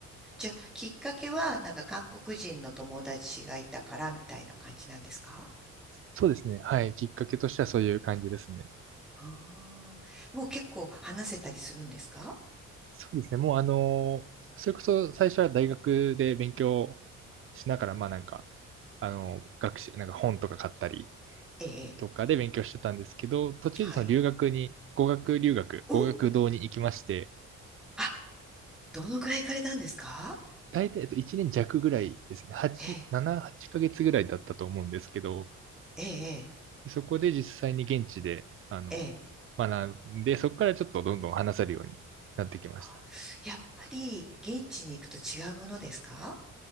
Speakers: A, in the centre; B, on the right.
A: じゃあ、きっかけは、なんか韓国人の友達がいたからみたいな感じなんですか
B: そうですね。はい。きっかけとしてはそういう感じですね。
A: ああ、もう結構話せたりするんですか
B: そうですね。もうあの、それこそ最初は大学で勉強しながら、まあなんか、あの、学習、なんか本とか買ったり
A: ええ、ええ
B: とかで勉強してたんですけど、途中でその留学に、
A: はい。
B: 語学留学、
A: お、
B: 語学堂に行きまして、
A: あ、どのくらい行かれたんですか
B: 大体えっと1年弱ぐらいですね。8、
A: ええ、
B: 7、8ヶ月ぐらいだったと思うんですけど、
A: ええ、
B: そこで実際に現地で、あの、
A: ええ。ええ
B: 学んで、そこからちょっとどんどん話せるようになってきました。
A: あ、やっぱり現地に行くと違うものですか